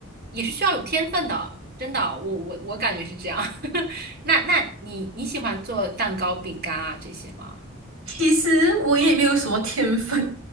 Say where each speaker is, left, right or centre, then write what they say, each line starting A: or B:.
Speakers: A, on the right; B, on the right.
A: 也是需要有天分的，真的，我我我感觉是这样。<laughs> 那那你你喜欢做蛋糕、饼干啊这些吗？
B: 其实我也没有什么天分，